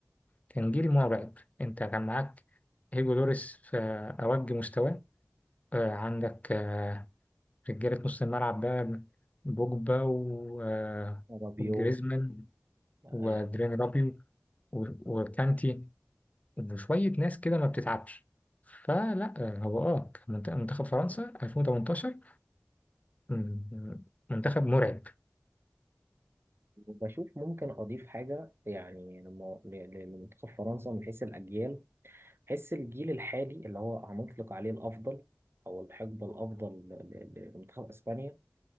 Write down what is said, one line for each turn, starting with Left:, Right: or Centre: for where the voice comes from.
Left: كان جيل مرعب انت كان معاك هيجو لوريس في أوج مستواه آه، عندك آه، رجالة نص الملعب بقى بوجبا و- آه،
Right: رابيو
Left: وجريزمان
Right: آه،
Left: ودرين رابيو و- وكانتي إنه شوية ناس كده ما بتتعبش فلا هو اه كان منت- منتخب فرنسا 2018 م- منتخب مرعب
Right: وبشوف ممكن أضيف حاجة يعني لم- ل- ل- لمنتخب فرنسا من حيث الأجيال حيث الجيل الحالي اللي هو هنطلق عليه الأفضل أو الحقبة الأفضل ل- ل- لمنتخب إسبانيا